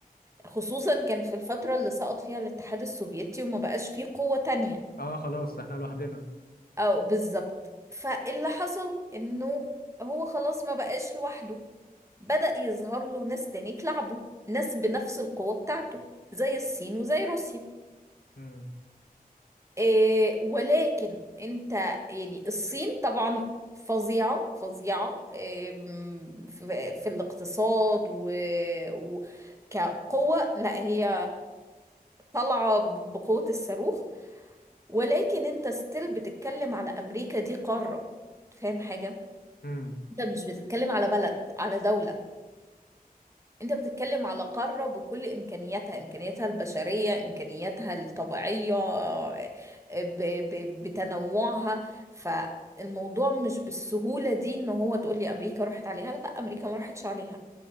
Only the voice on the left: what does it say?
اه خلاص احنا لوحدنا
مم.
مم.